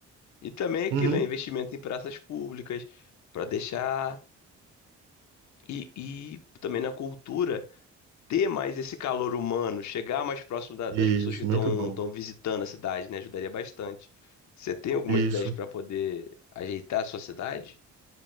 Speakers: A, on the left; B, on the right.
A: E também aquilo,
B: Uhum.
A: é investimento em praças públicas para deixar E, e também na cultura ter mais esse calor humano, chegar mais próximo da-
B: Isso,
A: das pessoas que estão
B: muito bom.
A: estão visitando a cidade, né? Ajudaria bastante. Você tem algumas
B: Isso.
A: ideias para poder ajeitar a sua cidade?